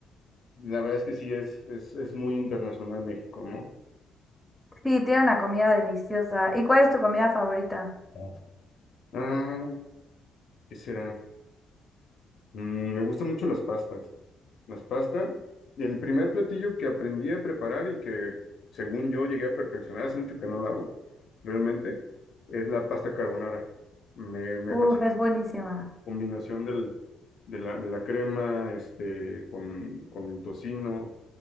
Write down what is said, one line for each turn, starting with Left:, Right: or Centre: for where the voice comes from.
Left: la verdad es que sí, es, es, es muy internacional México, ¿no?
Centre: Sí, tiene una comida deliciosa. ¿Y cuál es tu comida favorita?
Left: ¿no? Ah. ¿Qué será? Mm, me gustan mucho las pastas. Las pastas, el primer platillo que aprendí a preparar y que según yo llegué a perfeccionar, hace mucho que no lo hago, realmente, es la pasta carbonara. Me, me
Centre: Uf,
Left: fascina
Centre: es buenísima.
Left: la combinación del, de la, de la crema este, con, con el tocino.